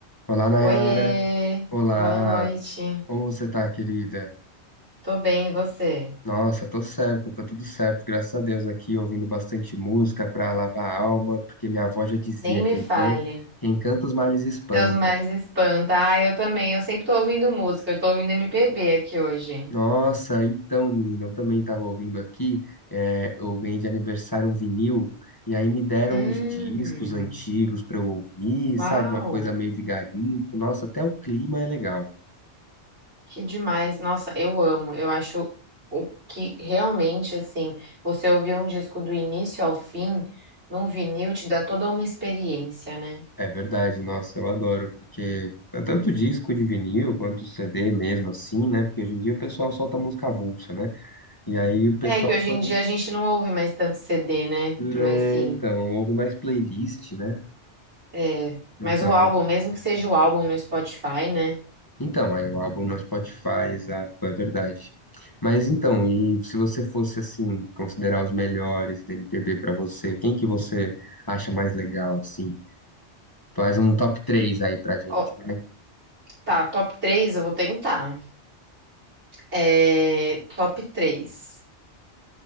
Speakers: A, on the left (about 20°); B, on the right (about 70°).
A: Olá, Nayara.
B: Oiê,
A: Olá.
B: boa noite.
A: Como você tá, querida?
B: Tô bem, e você?
A: Nossa, tô certo, tá tudo certo, graças a Deus aqui, ouvindo bastante música pra lavar a alma, porque minha avó já dizia,
B: Nem
A: quem
B: me fale.
A: canta, quem canta os males espanta.
B: Seus males espanta. Ah, eu também. Eu sempre tô ouvindo música. Eu tô ouvindo MPB aqui hoje.
A: Nossa, então, menina, eu também tava ouvindo aqui, é, eu ganhei de aniversário um vinil, e aí me deram
B: Hum,
A: uns discos antigos pra eu ouvir,
B: uau,
A: sabe, uma coisa meio de garimpo. Nossa, até o clima é legal.
B: que demais. Nossa, eu amo. Eu acho o que realmente, assim, você ouvir um disco do início ao fim, num vinil, te dá toda uma experiência, né?
A: É verdade, nossa, eu adoro, porque é tanto disco de vinil quanto CD mesmo, assim, né? Porque hoje em dia o pessoal solta música avulsa, né? E aí o pessoal,
B: É que hoje
A: quando.
B: em dia a gente não ouve mais tanto CD, né? Mas
A: É,
B: sim.
A: então, ouve mais playlist, né?
B: É, mas
A: Então,
B: o álbum, mesmo que seja o álbum no Spotify, né?
A: então, aí o álbum no Spotify, exato, é verdade. Mas então, e se você fosse, assim, considerar os melhores da MPB pra você, quem que você acha mais legal, assim? Faz um top 3 aí pra gente,
B: Ó,
A: né?
B: tá, top 3, eu vou tentar. É, top 3.